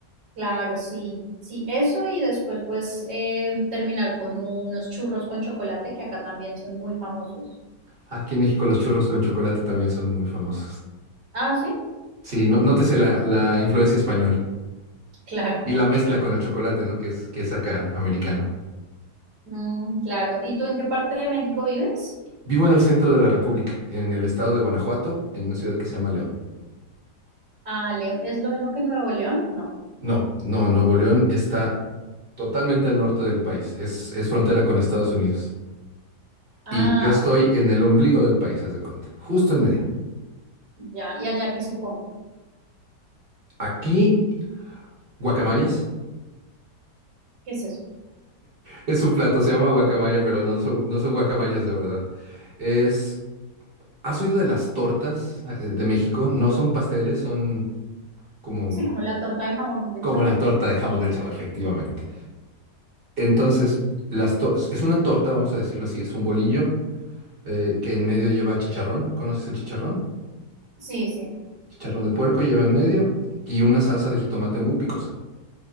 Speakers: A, on the right; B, on the right.
A: Claro, sí, sí, eso y después pues eh, terminar con unos churros con chocolate que acá también son muy famosos.
B: Aquí en México los churros con chocolate también son muy famosos.
A: Ah, sí,
B: Sí, no, nótese la, la influencia española
A: claro,
B: y la mezcla con el chocolate, ¿no? Que es, que es acá americano.
A: Mm, claro. ¿Y tú en qué parte de México vives?
B: Vivo en el centro de la República, en el estado de Guanajuato, en una ciudad que se llama León.
A: Ah, Leo, ¿es lo mismo que Nuevo León? No.
B: No, no, Nuevo León está totalmente al norte del país, es, es frontera con Estados Unidos.
A: Ah,
B: Y yo estoy en el ombligo del país, haz de cuenta, justo en medio.
A: ya, ¿y allá qué se come?
B: Aquí, guacamayas.
A: ¿Qué es eso?
B: Es un plato, se llama guacamaya, pero no son, no son guacamayas de verdad. Es ¿Has oído de las tortas ah, eh, de México? No son pasteles, son como,
A: Sí, como la torta de jamón del
B: como
A: chavo.
B: la torta de jamón del Chavo, efectivamente. Entonces, las to- es una torta, vamos a decirlo así, es un bolillo eh, que en medio lleva chicharrón. ¿Conoces el chicharrón?
A: Sí, sí.
B: Chicharrón de puerco lleva en medio y una salsa de jitomate muy picosa.